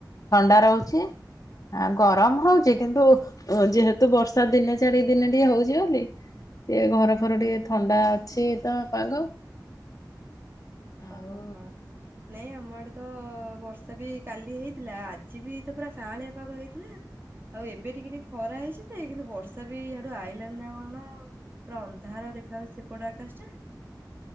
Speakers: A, on the left; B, on the right.
A: ଥଣ୍ଡା ରହୁଛି ଆ ଗରମ ହଉଛି କିନ୍ତୁ ଯେହେତୁ ବର୍ଷା ଦିନେ ଛାଡି ଦିନେ ଟିକେ ହଉଛି ବୋଲି ଟିକେ ଘର ଫର ଟିକେ ଥଣ୍ଡା ତ ପାଗ ଆଉ
B: ଓହୋ ହୋ ନାଇଁ ଆମଡେ ତ ବର୍ଷା ବି କାଲି ହେଇଥିଲା ଆଜି ବି ତ ପୁରା କାଁଳିଆ ପାଗ ହେଇଥିଲା ଆଉ ଏବେ ଟିକେ ଟିକେ ଖରା ହେଇଛି ତ କିନ୍ତୁ ବର୍ଷା ବି ଡୁ ଆଇଲାଣି ନା କଣ ଆ ପୁରା ଅନ୍ଧାର ଦେଖା ହାଉଉଛି ସେପଟ ଆକାଶ ଟା